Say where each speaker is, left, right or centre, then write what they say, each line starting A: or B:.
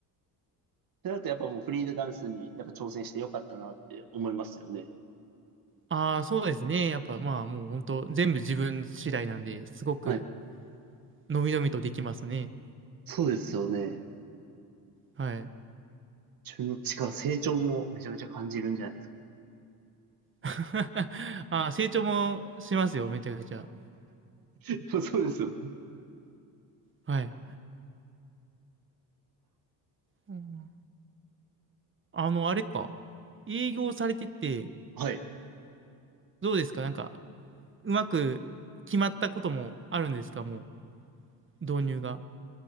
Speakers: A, on the right; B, on the right.
A: てなるとやっぱもうフリーダンスにやっぱ挑戦してよかったなって思いますよね。
B: ああ、そうですね。やっぱまあもう本当全部自分次第なんで、すごく
A: はい。
B: のびのびとできますね。
A: そうですよね。
B: はい。
A: 自分の力、成長もめちゃめちゃ感じるんじゃないですか。
B: <laughs> あ、成長もしますよ、めちゃくちゃ。
A: <laughs> そうですよ。
B: はい。うんあの、あれか。営業されてて、
A: はい。
B: どうですかなんか、うまく決まったこともあるんですかもう、導入が。